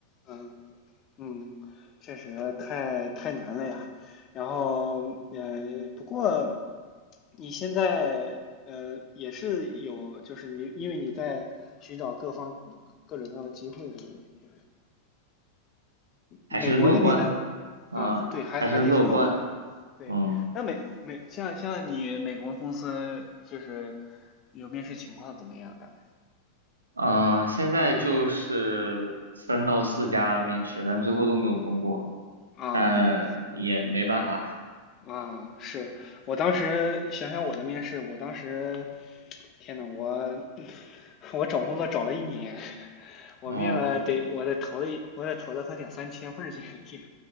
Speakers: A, on the left (about 30°); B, on the right (about 75°).
A: 嗯嗯，确实太太难了呀。然后，呃，不过你现在呃也是有，就是你因为你在寻找各方各种各样的机会，对不对？
B: 还是乐观
A: 美国那边的啊，
B: 啊，
A: 对，还还得是乐观。
B: 还是乐观，
A: 对，
B: 嗯
A: 那美美像像你美国公司就是有面试情况怎么样？的？
B: 嗯，呃现在就是三到四家面试，
A: 嗯
B: 但最后都没有通过，
A: 嗯啊
B: 但也没办法，
A: 啊啊！是我当时想想我的面试，我当时天呐，我 <laughs> 我找工作找了一年，<laughs> 我面了得我得投了一我得投了快两三千份儿简历，
B: 哦，